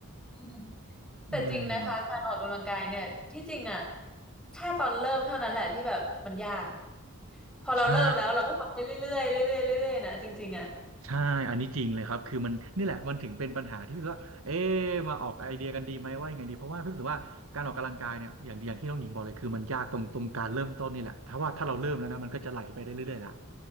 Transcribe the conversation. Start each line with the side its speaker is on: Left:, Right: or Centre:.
Centre: <laughs> แต่จริงนะคะการออกกำลังกายเนี่ยที่จริงอ่ะ
Right: อืม
Centre: แค่ตอนเริ่มเท่านั้นแหละที่แบบมันยากพอเราเริ่มแล้วเราก็ทำได้เรื่อยๆเรื่อยๆเรื่อยๆนะจริงๆอ่ะ
Right: ใช่ใช่อันนี้จริงเลยครับคือมันนี่แหละมันถึงเป็นปัญหาที่พี่รู้สึกว่าเอ๊ะมาออกไอเดียกันดีไหมว่ายังไงดีเพราะว่าพี่รู้สึกว่าการออกกำลังกายเนี่ยอย่างอย่างที่น้องหญิงบอกเลยคือมันยากตรงตรงการเริ่มต้นนี่แหละถ้าว่าถ้าเราเริ่มแล้วนะมันก็จะไหลไปได้เรื่อยๆละ